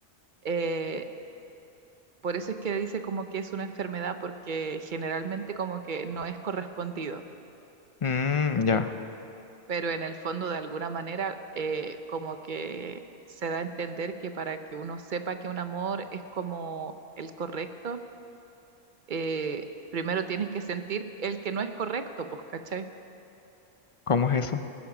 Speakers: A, on the right; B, on the left.
A: Eh, por eso es que dice como que es una enfermedad, porque generalmente como que no es correspondido.
B: Mm, ya,
A: pero en el fondo de alguna manera eh, como que se da a entender que para que uno sepa que un amor es como el correcto, eh, primero tienes que sentir el que no es correcto, pues, ¿cachai?
B: ¿cómo es eso?